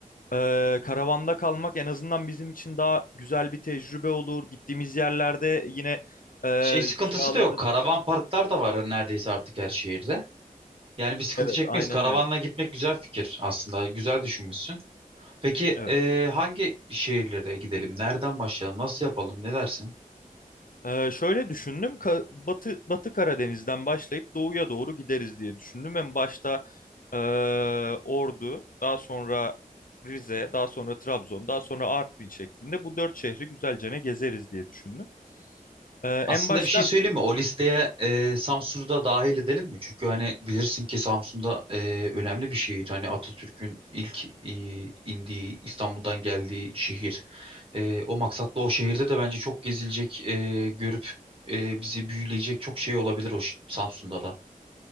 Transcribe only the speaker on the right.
Şey sıkıntısı
da yok. Karavan parklar da var neredeyse artık her şehirde. Yani bir sıkıntı
çekmeyiz.
Karavanla
gitmek güzel fikir aslında. Güzel düşünmüşsün. Peki
eee, hangi şehirlere gidelim? Nereden başlayalım? Nasıl yapalım? Ne dersin?
Aslında
bir şey söyleyeyim mi? O listeye eee Samsun'u da dahil edelim mi? Çünkü hani bilirsin ki Samsun'da eee, önemli bir şehir. Hani Atatürk'ün ilk eee, indiği, İstanbul'dan geldiği şehir. Eee, o maksatla o şehirde de bence çok gezilecek, eee, görüp eee, bizi büyüleyecek çok şey olabilir o ş- Samsun'da da.